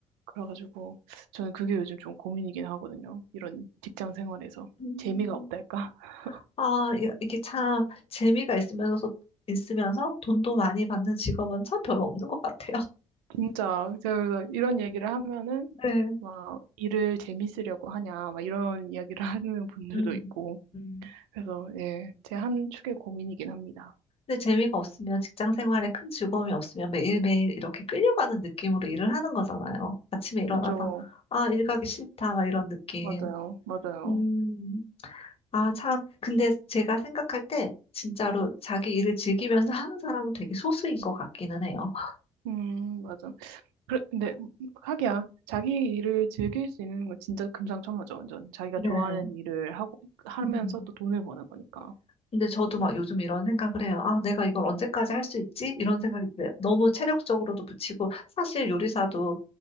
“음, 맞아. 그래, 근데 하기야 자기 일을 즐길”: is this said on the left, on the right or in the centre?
Right